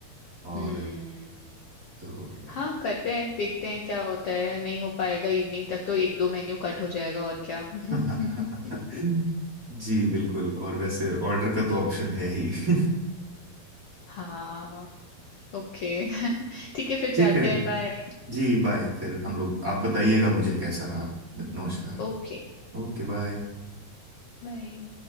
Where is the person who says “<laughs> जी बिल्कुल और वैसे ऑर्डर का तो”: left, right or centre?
Right